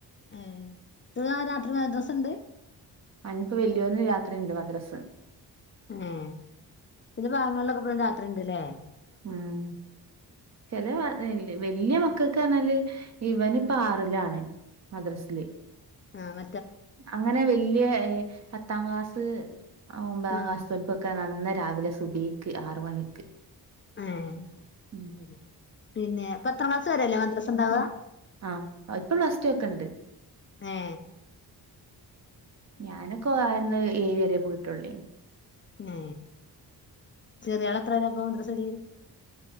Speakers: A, on the left; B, on the right.
A: ഉം ല്ല രാത്രി <unintelligible> ദിവസ ഉണ്ട്.
B: അനിപ്പ വലിയോന രാത്രിഇണ്ട് മദ്രസ്.
A: ഏ ചില ഭാഗങ്ങളിലൊക്കെ ഇപ്പോഴും രാത്രി ഉണ്ട്ല്ലേ?
B: ഉം ചില വല്യ മക്കൾക്ക് പറഞ്ഞാല് ഇവനിപ്പോ
A: ആഹ്
B: ആറിലാണ് മദ്രസില്.
A: ആ മ
B: അങ്ങനെ വല്ല്യ പത്താം ക്ലാസ് ഒമ്പതാം
A: ആഹ്
B: ക്ലാസ് തോല്ക്കൊക്കെ നന്ന രാവിലെ സുബ്ഹിക്ക് ആറ് മണിക്ക്.
A: ഏ അയ്ശെരി,
B: ഉം
A: പിന്നെ പത്താം ക്ലാസ് വരേല്ലേ മദ്രസ ഇണ്ടവാ.
B: ആ ഇപ്പ പ്ലസ് ടു ഒക്കെണ്ട്.
A: ഏ.
B: ഞാനൊക്ക അന്ന് ഏഴ് വരെ പോയിട്ടോള്ളേനീ.
A: ഏ ചെറിയാൾ എത്രേല്ലാപ്പൊ മദ്രസേല്.